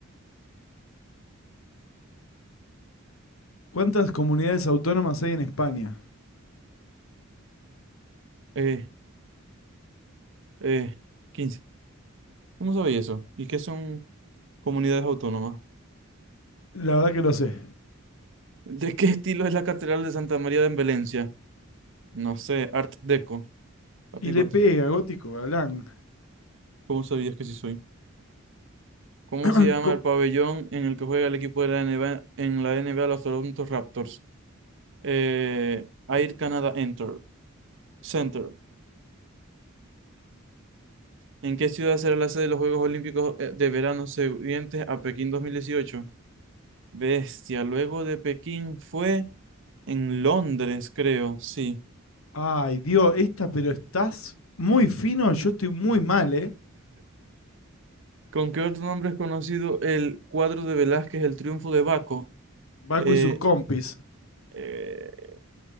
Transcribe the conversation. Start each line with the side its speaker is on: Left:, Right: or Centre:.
Left: ¿Cuántas comunidades autónomas hay en España?
Right: eh, eh, quince ¿Cómo sabéis eso? ¿Y qué son comunidades autónomas?
Left: La verdad que lo sé.
Right: ¿De qué estilo es la Catedral de Santa María de Valencia? No sé, Art Deco. Papi,
Left: Y le
Right: Goti,
Left: pega, gótico galán.
Right: ¿cómo sabías que sí soy? ¿Cómo
Left: <clears throat>
Right: se llama
Left: Co-
Right: el pabellón en el que juega el equipo de la NBA, en la NBA los Toronto Raptors? Eh, Air Canada Enter, Center. ¿En qué ciudad será la sede de los Juegos Olímpicos eh, de verano siguientes a Pekín dos mil dieciocho Bestia, luego de Pekín fue en Londres, creo, sí.
Left: Ay, Dios, esta, pero estás muy fino, yo estoy muy mal, ¿eh?
Right: ¿Con qué otro nombre es conocido el cuadro de Velázquez, El Triunfo de Baco?
Left: Baco
Right: Eh,
Left: y sus compis.
Right: eh,